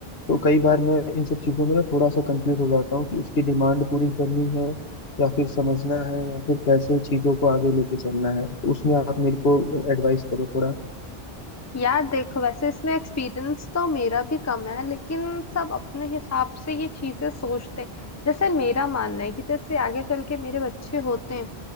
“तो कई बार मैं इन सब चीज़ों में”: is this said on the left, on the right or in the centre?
Left